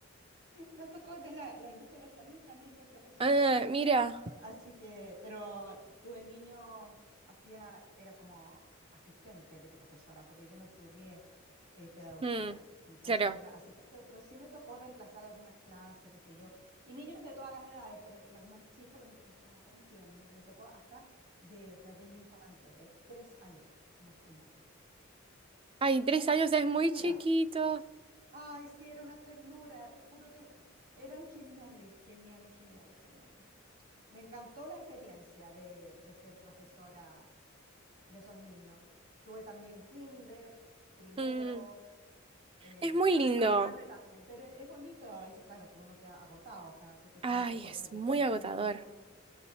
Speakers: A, on the right; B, on the right.
A: Nos tocó de la, la industria de la salud y también ser profesora.
B: Ah, mira.
A: Así que, pero tuve niños, hacía, era como asistente de profesora, porque yo no estudié eh, pedagogía.
B: Mm,
A: Entonces
B: Claro.
A: era asistente, pero sí me tocó reemplazar algunas clases, qué sé yo. Y niños de todas las edades, pero los más chicos los encontraba tan tiernos. Me tocó hasta de jardín de infantes, de tres años, imagínate.
B: Ay, tres
A: Una
B: años es
A: ternura,
B: muy chiquito.
A: Ay, sí, era una ternura, te juro que me- eran geniales, geniales, geniales, geniales. Me encantó la experiencia de, de ser profesora de esos niños. Tuve también kinder, primero,
B: Mm,
A: eh,
B: Es muy
A: bueno,
B: lindo.
A: y más grande también, pero es, es bonito, es, claro que uno queda agotado, o sea, tú te tienes
B: Ay,
A: que acordar
B: es
A: de
B: muy
A: esa época
B: agotador.
A: que era,